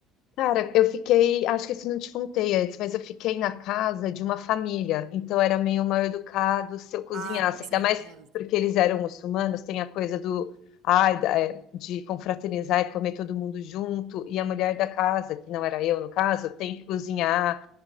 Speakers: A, on the left; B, on the right.
A: Cara, eu fiquei, acho que isso não te contei antes, mas eu fiquei na casa de uma família, então era meio mal educado se eu cozinhasse,
B: Ah, com
A: ainda
B: certeza.
A: mais porque eles eram muçulmanos, tem a coisa do, ai, da- é, de confraternizar e comer todo mundo junto, e a mulher da casa, que não era eu no caso, tem que cozinhar.